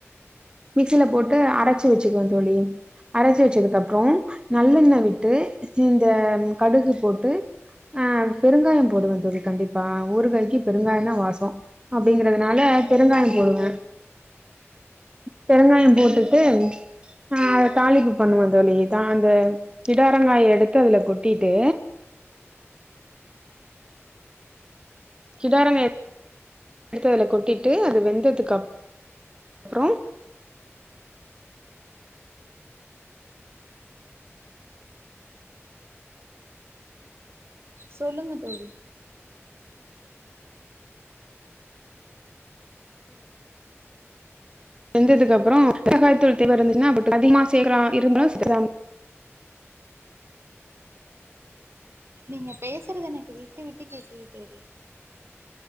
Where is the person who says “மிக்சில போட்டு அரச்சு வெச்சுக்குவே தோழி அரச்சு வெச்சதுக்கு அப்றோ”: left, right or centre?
Right